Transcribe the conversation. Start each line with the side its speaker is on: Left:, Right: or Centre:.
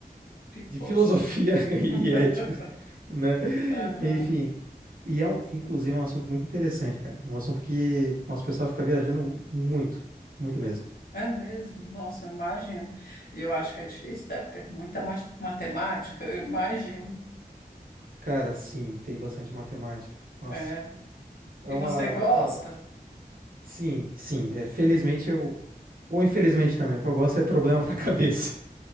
Left: Ficou.
Right: de filosofia <laughs> e
Left: <laughs>
Right: éticos, né?
Left: Aham.
Right: Enfim, e é um, inclusive é um assunto muito interessante, cara. É Um assunto que nosso pessoal fica viajando muito, muito mesmo.
Left: É mesmo? Nossa, eu imagino. Eu acho que é difícil, deve ter muita mas- matemática, eu imagino.
Right: Cara, sim, tem bastante matemática. Nossa,
Left: É.
Right: é
Left: E
Right: uma,
Left: você gosta?
Right: cara, sim, sim, é felizmente eu ou infelizmente também, o que eu gosto é problema pra <laughs> cabeça.